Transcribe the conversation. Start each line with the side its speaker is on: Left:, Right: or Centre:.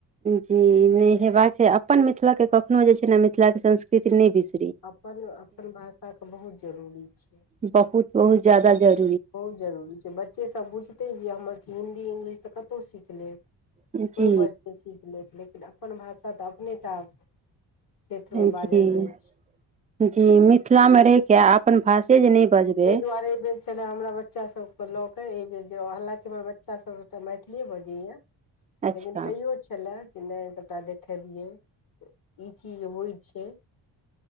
Right: जी नहि हेबाक छै अपन मिथिलाके कखनो जे छै ने मिथिलाके संस्कृति नहि बिसर
Left: अपन अपन भाषाके बहुत जरूरी छै
Right: बहुत बहुत जादा जरु
Left: बहुत जरूरी छै बच्चेसभ बुझतै जे हमर हिंदी इंग्लिश तऽ कतहु सीख लेब
Right: जी
Left: कोइ बच्चे सीख लेत अपन भाषा तऽ अपनेटा क्षेत्रमे
Right: जी
Left: बाजल जाइ छै
Right: जी मिथिला मे रहि के अपन भाषे जे नहि बजबै
Left: ताहि दुआरे एहि बेर छले हमरा बच्चा सबके लऽ के एहि बेर जे हालकि हमर बच्चा सबटा मैथिलीए बाजयेया
Right: अच्छा
Left: लेकिन तैयो छलय कि नहि सबटा देखबियै ई चीज होइ छै